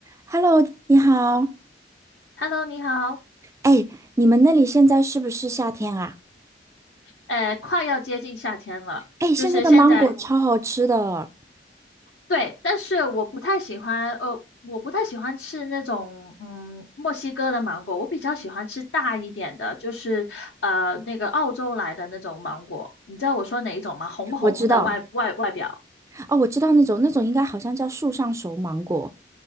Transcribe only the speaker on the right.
Hello，你好。
哎，你们那里现在是不是夏天啊？
哎，
现在的芒果超好吃的，
我知道。哦，我知道那种那种应该好像叫树上熟芒果。